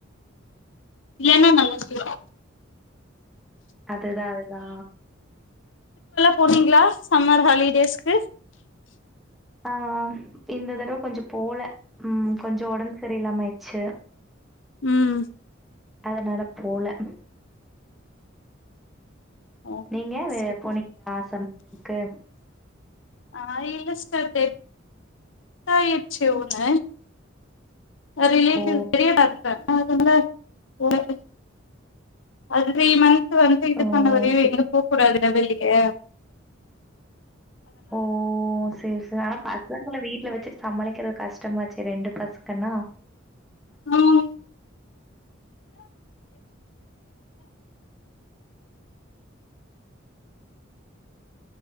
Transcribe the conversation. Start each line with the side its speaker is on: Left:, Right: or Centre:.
Left: இல்லனா நல்லா சி
Centre: அதுதா எதா
Left: போனீங்ளா சம்மர் ஹாலிடேஸ்க்கு
Centre: ஆஹ் இந்த தடவ கொஞ்ச போல உம் கொஞ்ச ஒடம்பு செரியில்லாம ஆய்ர்ச்சு
Left: உம்
Centre: அதனால போல
Left: ஓகே
Centre: நீங்க வே
Left: சிஸ்டர்
Centre: போனீங்ளா சம்மர் லீவுக்கு
Left: ஆஹ் இல்லஸ்டர் தோடுது டாயிர்ச்சு உன்ன அஹ் ரிலேடிவ்
Centre: ஓ!
Left: பெரிய பாத்ரூம் தொறக்னு ஒன்னா போகாத அது த்ரீ மந்த்ஸ் வந்து இது
Centre: ஓ!
Left: பண்ண வரையு
Centre: சரி.
Left: எங்கைமே போக் கூடாது எ வல்லிக்கே
Centre: ஓ செரி செரி ஆனா பசங்கள வீட்டுல வச்சுட்டு சமாளி கக்கிற கஷ்டமாச்சு ரெண்டு பசக்கன்னா
Left: ம்